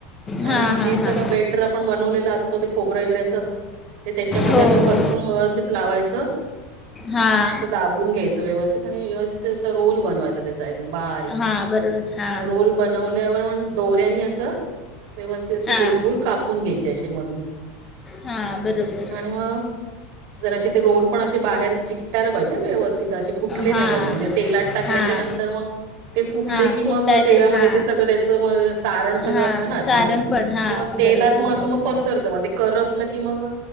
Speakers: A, on the right; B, on the left.
A: आणि
B: हां
A: मग हे
B: हां
A: सगळं
B: हां
A: बेटर आपण बनवलेलं असतो ते खोबरं वगैरेच ते त्याच्यामध्ये
B: हो
A: असं
B: हो
A: पस चूरून व्यवस्थित लावायचं.
B: हां
A: असं दाबवून घ्यायचं व्यवस्थित आणि व्यवस्थित अस रोल बनवायचा त्याजा <unintelligible> बारीक
B: हां बरोबर हां
A: रोल बनवल्यावर मग दोऱ्यानी असं व्यवस्थित असे
B: हां
A: गोल गोल कापून घ्यायचे असे मधून.
B: हां बरोबर
A: आणि मग जरा असे ते रोल पण अशे बाहेर चिकायला पाहिजे व्यवस्थ तिथ असे फुटले
B: हां
A: नाही पाहिजे म्हणजे तेलात टाकल्याच्या
B: हां
A: नंतर मग ते फुटले
B: हां
A: की
B: फुटायला
A: मग तेलामध्ये
B: हां
A: ते सगळं ते मग सारंन सगळं
B: हां
A: असतं ना आत
B: सारण
A: मध्ये
B: पण हां
A: ते मग तेलात
B: बरोबर
A: मग
B: बरोबर
A: असं मग पसरते करपल कि मग